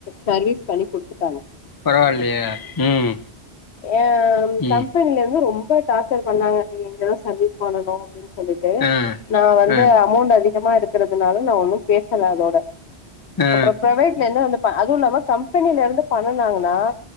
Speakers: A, on the left; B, on the left.
A: சர்வீஸ் பண்ணி குடுத்துட்டாங்க
B: பரவாயில்லையே ம்
A: யாம்
B: ம்
A: கம்பெனில இருந்து ரொம் பா டார்சர் பண்ணாங்க நீங்க இங்கதா சர்வீஸ் பண்ணணு அப்பிடின்ஸ் சொல்லிட்டு
B: ஆ
A: நா வந்து
B: ஆ
A: அமோண்ட் அதிகமாருக் இக்கறதுனால நா ஒன்னு பேசல அதோட
B: ஆ
A: அப்ற பிரவேட்ல இருந்து வந்து அதுவு இல்லாம கம்பெனில இருந்து பண்ணுனாங்கன்னா